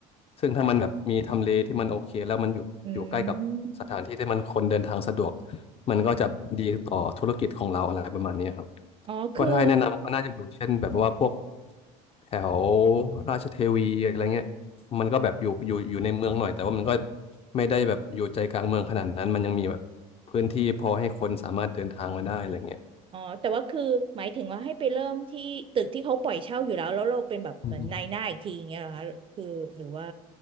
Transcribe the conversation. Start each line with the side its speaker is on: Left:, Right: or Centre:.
Left: ซึ่งถ้ามันแบบมีทำเลที่มันโอเคแล้วมันอยู่อยู่ใกล้กับสถานที่ที่มันคนเดินทางสะดวก
Right: อืม
Left: มันก็จะดีต่อธุรกิจของเราอะไรประมาณนี้ครับ
Right: อ๋อคือ
Left: ก็ถ้าให้แนะนำก็น่าจะอยู่เช่นแบบว่าพวกแถวราชเทวีอะไรเงี้ยมันก็แบบอยู่อยู่อยู่ในเมืองหน่อยแต่ว่ามันก็ไม่ได้แบบอยู่ใจกลางเมืองขนาดนั้นมันยังมีแบบพื้นที่พอให้คนสามารถเดินทางมาได้อะไรเงี้ย
Right: อ๋อแต่ว่าคือหมายถึงว่าให้ไปเริ่มที่ตึกที่เขาปล่อยเช่าอยู่แล้วแล้วเราเป็นแบบเหมือนนายหน้าอีกทีอย่างเงี้ยเหรอคะคือหรือว่า
Left: อืมอืม